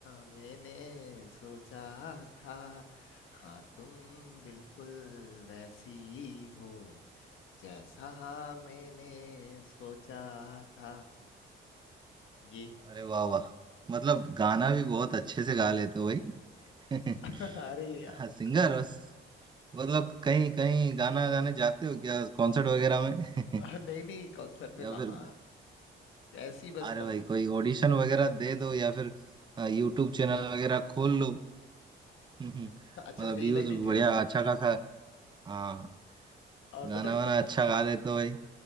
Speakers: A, on the left (about 80°); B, on the right (about 20°).
A: मैंने सोचा था हाँ तुम बिल्कुल वैसी हो जैसा मैंने सोचा था ये
B: अरे वाह वाह मतलब गाना भी बहुत अच्छे से गा लेते हो भाई <laughs>
A: <laughs> अरे यार
B: हाँ सिंगर मतलब कहीं कहीं गाना गाने जाते हो क्या कॉन्सर्ट वगैरह में <laughs>
A: नहीं नहीं कॉन्सर्ट में
B: या
A: कहा
B: फिर
A: ऐसी बस
B: अरे
A: कम
B: भाई कोई ऑडिशन वगैरह दे दो या फिर यूट्यूब चैनल वगैरह खोल लो <laughs> मतलब
A: अच्छा सही
B: व्यूज
A: लग रही थी
B: बढ़िया
A: मतलब
B: अच्छा खासा हाँ
A: और पता
B: गाना
A: है
B: वाना अच्छा गा लेते हो भाई